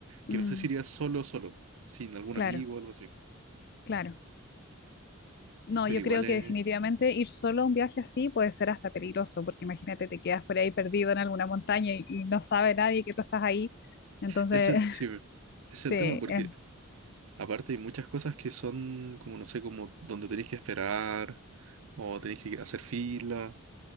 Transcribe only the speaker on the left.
Mm,
claro,
claro. No,
yo
creo
que definitivamente ir solo a un viaje así puede ser hasta peligroso, porque imagínate, te quedas por ahí perdido en alguna montaña y, y no sabe nadie que tú estás ahí. Entonces,
<laughs>
sí,
es